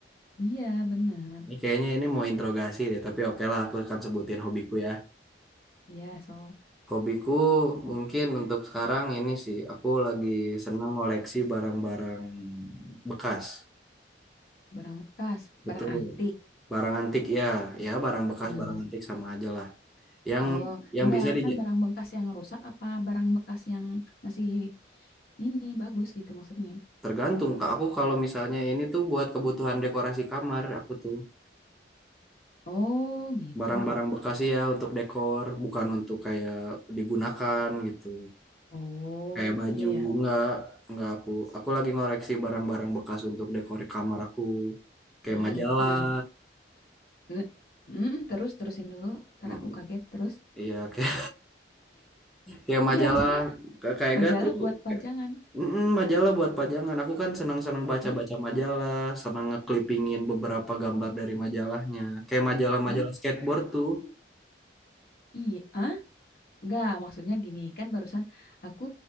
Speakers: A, on the left; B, in the centre.
A: Iya, bener.
B: Ini kayaknya ini mau interogasi deh, tapi oke lah aku akan sebutin hobiku ya.
A: Iya, so
B: Hobiku mungkin untuk sekarang ini sih aku lagi senang ngoleksi barang-barang bekas.
A: barang bekas,
B: Betul.
A: barang antik.
B: Barang antik ya, ya barang bekas,
A: Nah,
B: barang antik sama aja lah. Yang
A: oh,
B: yang
A: enggak
B: bisa di
A: kan barang bekas yang rusak apa barang bekas yang masih ini bagus gitu maksudnya.
B: tergantung Kak. Aku kalau misalnya ini tuh buat kebutuhan dekorasi kamar aku tuh.
A: Oh, gitu.
B: barang-barang bekas ya untuk dekor, bukan untuk kayak digunakan gitu.
A: Oh,
B: Kayak baju
A: iya ya.
B: enggak, enggak aku. Aku lagi ngoreksi barang-barang bekas untuk dekor kamar aku. Kayak
A: Mm,
B: majalah.
A: Nah, ne- mm, terus terusin dulu. Ntar
B: Mm,
A: aku kaget terus.
B: Iya, <laughs> kayak, kayak majalah
A: Iya, maksudnya
B: Ka- kayak
A: majalah
B: gak tuh
A: buat pajangan.
B: mm, majalah buat pajangan. Aku kan senang-senang baca-baca
A: Hah?
B: majalah, senang ngeklipingin beberapa gambar dari majalahnya. Kayak majalah-majalah
A: Hah?
B: skateboard tuh.
A: Iya, ah? Enggak, maksudnya gini, kan barusan aku